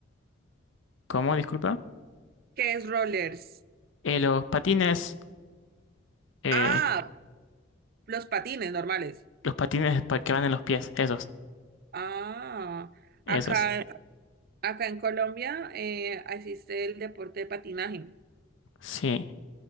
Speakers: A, on the left; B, on the right.
A: ¿Cómo? Disculpa.
B: qué es rollers?
A: Eh, los patines. eh,
B: Ah, los patines normales.
A: los patines pa- que van en los pies. Esos.
B: Ah,
A: Esos.
B: acá, acá en Colombia eh, existe el deporte de patinaje.
A: Sí.